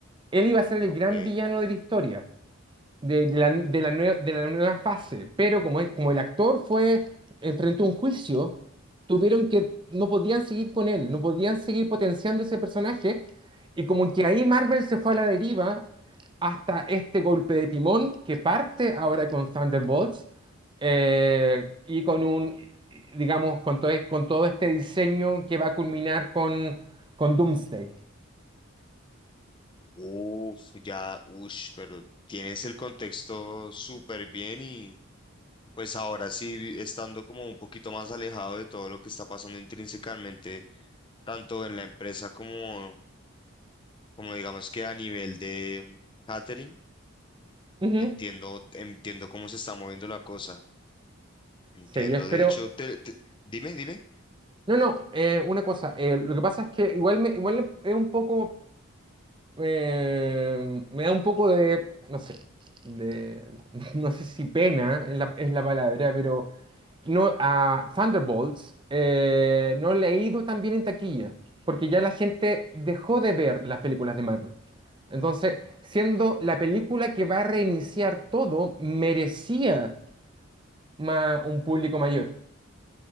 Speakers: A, on the right; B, on the left.
A: él iba a ser el
B: Ok.
A: gran villano de la historia de, de la, de la nueva, de la nueva fase, pero como, el- como el actor fue, enfrentó un juicio, tuvieron que, no podían seguir con él, no podían seguir potenciando ese personaje, y como que ahí Marvel se fue a la deriva hasta este golpe de timón que parte ahora con Thunderbolts, eh, y con un, digamos, con todo, con todo este diseño que va a culminar con, con Doomsday.
B: Uf, ya, ush, pero tienes el contexto súper bien y, pues ahora sí, estando como un poquito más alejado de todo lo que está pasando intrínsecamente, tanto en la empresa como, como digamos que a nivel de catering,
A: Ujú.
B: entiendo, entiendo cómo se está moviendo la cosa. Entiendo,
A: Sí, yo espero,
B: de hecho, te- te- dime, dime.
A: No, no, eh, una cosa, eh, lo que pasa es que igual me, igual es un poco, eh, me da un poco de, no sé, de, <laughs> no sé si pena es la, es la palabra, pero no, a Thunderbolts eh, no le ha ido tan bien en taquilla, porque ya la gente dejó de ver las películas de Marvel. Entonces, siendo la película que va a reiniciar todo, merecía ma- un público mayor.